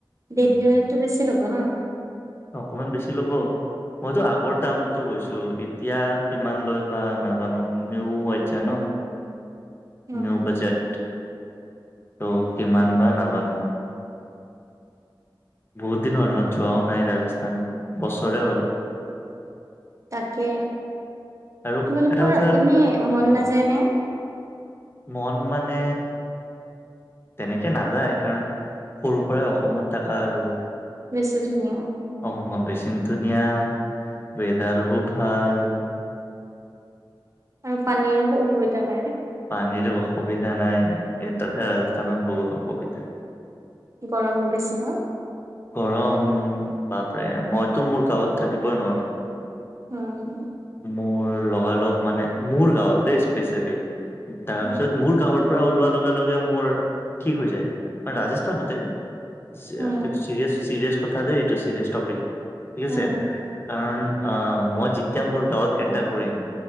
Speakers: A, on the right; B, on the left.
A: দিল্লীটো
B: উম
A: বেছি লব ন
B: অকমান বেছি ল'ব। মইতো আগৰ দামটো কৈছো এতিয়া কিমান লৈ বা নাজানোমিও আহিছা ন
A: উম
B: ন বজত তৌ কিমান বা নাজানো বহুত দিন হ'ল ন যোৱাও নাই ৰাজস্থান বছৰে হ'ল
A: তাকে
B: আৰু
A: তোমালোকৰ
B: এটা কথা
A: এনেই মন
B: কোৱা
A: নাযায় ন
B: মন মানে তেনেকে নাযায় কাৰণ সৰু পৰাই অসমত থকা আৰু
A: ধন্যাদ <unintelligible>
B: অসমখন বেছিম ধুনীয়া ৱেডাৰও ভাল
A: আৰু পানীৰো অসুবিধা নাই
B: পানীৰো অসুবিধা নাই এই তাতে ৰাজস্থানত বহুত অসুবিধা
A: কি গৰম ৰ বেছি ন
B: গৰম বাপৰে মইতো মোৰ গাঁৱত থাকিবই নোৱাৰো
A: উম
B: মোৰ লগ লগ লগ মানে মোৰ গাঁৱত দেই স্পেচিয়েলি তাৰ
A: উম
B: পিছত মোৰ কাহৰ পৰা ওলোৱাৰ লগে লগে মোৰ ঠিক হৈ যায় কাৰ ৰাজস্থানতে চ
A: উম
B: কথা ত এইটো ছৰিয়ছ পিক ঠিক আছে
A: উম
B: কাৰণ অ মই যেতিয়া মোৰ গাঁৱত এণ্টাৰ কৰিম